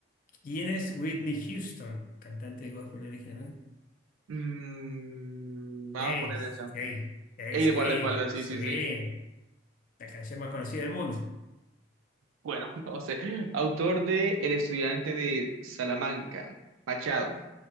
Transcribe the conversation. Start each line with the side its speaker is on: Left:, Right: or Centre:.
Left: ¿Quién es Whitney Houston? Cantante de gospel originalmente.
Right: Mm, vamos
Left: Sí,
Right: a poner esa.
Left: sí, sí,
Right: Ey,
Left: sí,
Right: el guardaespaldas,
Left: sí.
Right: sí, sí, sí.
Left: La canción más conocida del mundo.
Right: Bueno, <laughs> no sé. Autor de El estudiante de Salamanca, Machado.